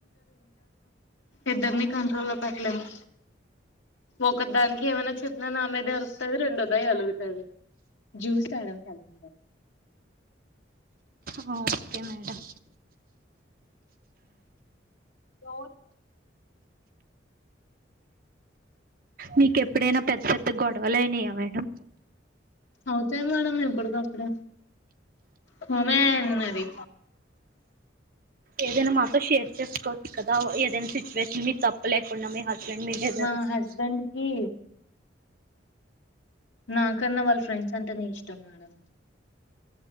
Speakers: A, on the left; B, on the right.
A: ఇద్దరినీ కంట్రోల్ లో పేట్టలేము, ఒక దానికి ఏమైనా చెపినా నా మీదె అరుస్తా, వస్తాది రెండోదాయి ఆలుగుతది, జ్యూస్ తేడానికి వెళ్తుంటది.
B: ఆ ఓకే మేడం
A: ఊ
B: మీకు ఎప్పుడైనా పెద్ద పెద్ద గొడవలుయినాయా మేడం
A: అవుతాయి మేడం ఎప్పుడు గో ఇప్పుడ కొమేన్నది
B: ఏదైనా మాతో షేర్ చేసుకోవచ్చు కదా ఏదైనా సిచ్యువేషన్ మీకు తప్ప లేకుండా మీ హస్బెండ్ ఏమి లేదు
A: మా
B: అరుస్తా,
A: హస్బెండ్ కి నాకన్నా వాళ్ళ ఫ్రెండ్స్ అంటే నే ఇష్టం మేడం,